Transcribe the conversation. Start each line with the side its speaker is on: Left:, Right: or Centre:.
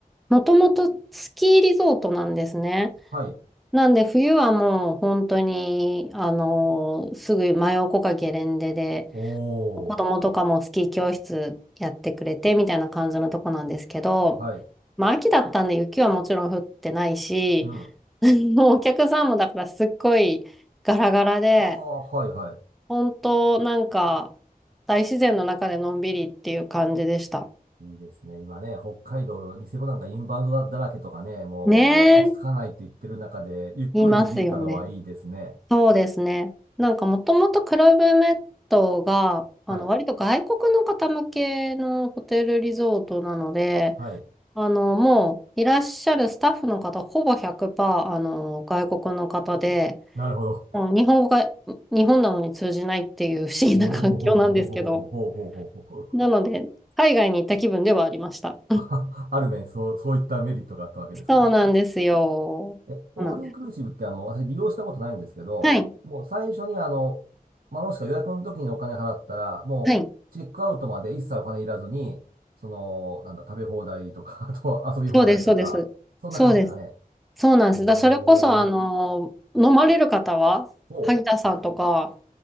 Centre: もともとスキーリゾートなんですね。
Right: はい。
Centre: なんで、冬はもう本当に、あの、すぐ真横かゲレンデで、
Right: おー。
Centre: 子供とかもスキー教室やってくれてみたいな感じのとこなんですけど、
Right: はい。
Centre: まあ秋だったんで雪はもちろん降ってないし、
Right: うん。
Centre: <laughs> もうお客さんもだからすっごいガラガラで、
Right: ああ、はいはい。
Centre: 本当なんか大自然の中でのんびりっていう感じでした。
Right: いいですね。今ね、北海道、ニセコなんかインバウンドだ、だらけとかね、もう落ち着かないと言ってる中で、
Centre: ね
Right: ゆっくりできたのはいいですね。
Centre: え、いますよね。そうですね。なんかもともとクラブメットが、あの割と外国の方向けのホテルリゾートなので、
Right: はい。はい。
Centre: あの、もういらっしゃるスタッフの方、ほぼ100%、あの、外国の方で、
Right: なるほど。
Centre: もう日本語が日本なのに通じないっていう不思議な環境なんですけど、
Right: おおほうほうほうほうほう。
Centre: なので、海外に行った気分ではありました。
Right: あ、ある面、そう、そういったメリットがあったわけですが。
Centre: そうなんですよ。
Right: え、オールインクルーシブってあの、
Centre: そうなんです。
Right: 私利用したことないんですけど、
Centre: はい。
Right: もう最初にあの、まあ、もしくは予約の時にお金払ったら、もうチェックアウトまで一切お金いらずに、
Centre: はい。
Right: その、なんだ、食べ放題とか、<laughs> あと遊び放題とか、
Centre: そうです、そうです。
Right: そんな感じなんですかね。
Centre: そうです。そうです。そうなんです。
Right: おー。
Centre: だ、それこそ、あの、飲まれる方は、
Right: おう。
Centre: 萩田さんとか、